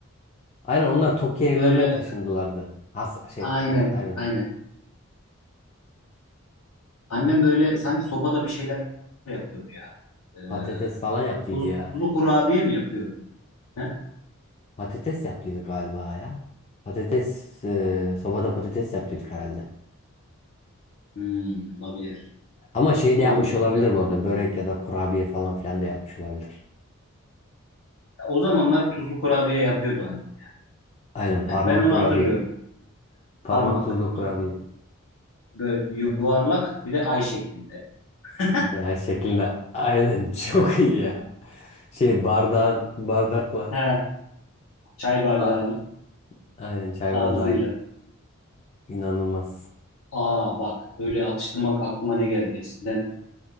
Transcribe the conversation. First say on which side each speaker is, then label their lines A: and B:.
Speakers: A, on the left; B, on the left.
A: Aynen onlar Tokyo
B: Böyle
A: evlerine taşındılardı. Has şey
B: aynen
A: e, aynen
B: aynen. Annem böyle sanki sobada bir şeyler yapıyordu ya. Ee,
A: patates falan yaptıydı
B: tuzlu
A: ya.
B: kurabiye mi yapıyordu? He?
A: Patates yaptıydı galiba ya. Patates e, sobada patates yaptıydık herhalde.
B: Hmm, olabilir.
A: Ama şey de
B: Doğru
A: yapmış
B: doğru.
A: olabilir bu arada. Börek ya da kurabiye falan filan da yapmış olabilir.
B: Ya, o zamanlar tuzlu kurabiye yapıyordu annem.
A: Aynen parmak
B: Ya, Ben onu
A: kurabiye.
B: hatırlıyorum.
A: Parmak
B: Parmak,
A: tuzlu kurabiye.
B: tut, böyle yuvarlak bir de ay şeklinde. <laughs>
A: Ya şeklinde. Aynen <laughs> çok iyi ya. Şey bardağın bardakla.
B: He, çay bardağının
A: A- Aynen çay
B: ağzıyla.
A: bardağıyla. İnanılmaz.
B: Aa bak öyle atıştırmak aklıma ne geldi? Eskiden